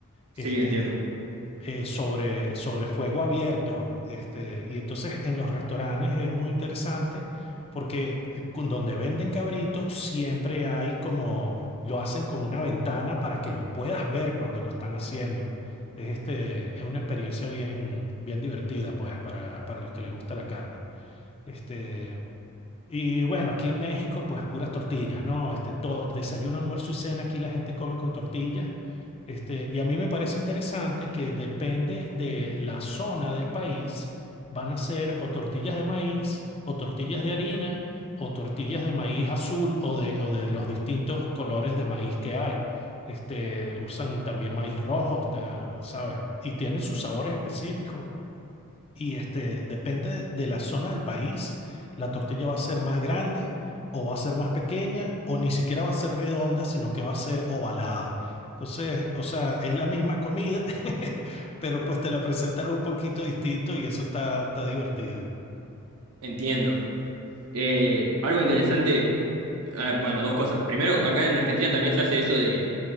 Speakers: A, on the right; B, on the left.
A: Sí,
B: Este,
A: entiendo.
B: eh, sobre, sobre fuego abierto. Este, y entonces en los restaurantes es muy interesante porque con- donde venden cabritos siempre hay como, lo hacen con una ventana para que lo puedas ver cuando lo están haciendo. Es, este, es una experiencia bien, bien divertida, pues, para, para los que les gusta la carne. Este, y bueno, aquí en México, pues puras tortillas, ¿no? Este, todo, desayuno, almuerzo y cena, aquí la gente come con tortillas. Este, y a mí me parece interesante que depende de la zona del país, van a ser o tortillas de maíz, o tortillas de harina, o tortillas de maíz azul, o de, o de los distintos colores de maíz que hay. Este, usan también maíz rojo, ta- ¿sabes? Y tienen sus sabores específicos y este, depende de la zona del país, la tortilla va a ser más grande o va a ser más pequeña o ni siquiera va a ser redonda, sino que va a ser ovalada. Entonces, o sea, es la misma comida, <laughs> pero pues te la presentan un poquito distinto y eso está, está divertido.
A: Entiendo. Eh, algo interesante, eh, bueno, dos cosas. Primero, acá en Argentina también se hace eso de